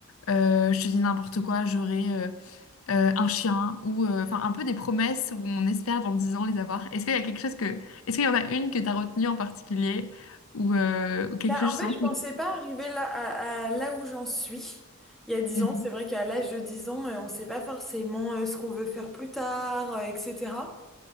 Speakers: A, on the left; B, in the centre.
A: euh, je te dis n'importe quoi, j'aurais euh, euh, un chien ou euh, enfin un peu des promesses où on espère dans 10 ans les avoir. Est-ce qu'il y a quelque chose que, est-ce qu'il y en a une que tu as retenue en particulier ou, euh, ou quelque
B: Ben,
A: chose
B: en
A: justement
B: fait, je
A: que
B: pensais pas arriver là, à, à là où j'en suis. Il y a dix
A: Mhm.
B: ans, c'est vrai qu'à l'âge de 10 ans, euh, on sait pas forcément euh, ce qu'on veut faire plus tard, euh, etc.